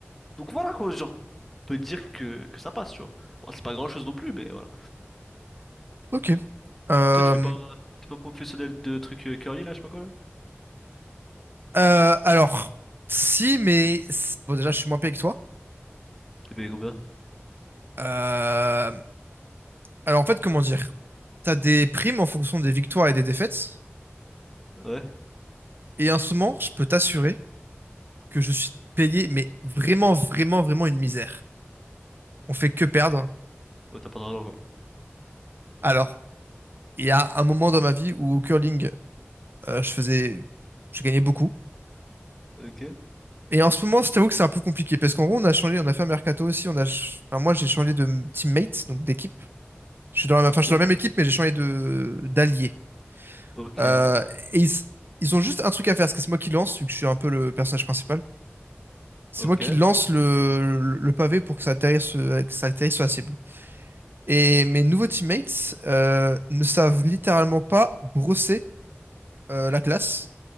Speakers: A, in the centre; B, on the right.
A: Donc voilà quoi, genre, on peut dire que, que ça passe, tu vois. Bon, c'est pas grand chose non plus, mais voilà.
B: ok. Euh,
A: Et toi, tu fais pas, t'es pas professionnel de trucs euh, curly là, je sais pas quoi là?
B: euh, alors, si, mais bon, déjà, je suis moins payé que toi.
A: Tu payes combien?
B: Euh, alors, en fait, comment dire? T'as des primes en fonction des victoires et des défaites.
A: Ouais?
B: Et en ce moment, je peux t'assurer que je suis payé, mais vraiment, vraiment, vraiment une misère. On fait que perdre.
A: Oh, t'as pas d'argent quoi.
B: Alors, il y a un moment dans ma vie où au curling, euh, je faisais, je gagnais beaucoup.
A: Ok,
B: Et en ce moment, je t'avoue que c'est un peu compliqué parce qu'en gros, on a changé, on a fait un mercato aussi. On a, ch- enfin, moi, j'ai changé de teammate, donc d'équipe. Je suis dans la,
A: ok,
B: enfin, je suis dans la même équipe, mais j'ai changé de d'allié.
A: ok,
B: Euh,
A: ok, ok.
B: et ils, ils ont juste un truc à faire, parce que c'est moi qui lance, vu que je suis un peu le personnage principal. C'est
A: Ok.
B: moi qui lance le, le pavé pour que ça atterrisse, euh, que ça atterrisse sur la cible. Et mes nouveaux teammates euh, ne savent littéralement pas brosser euh, la classe.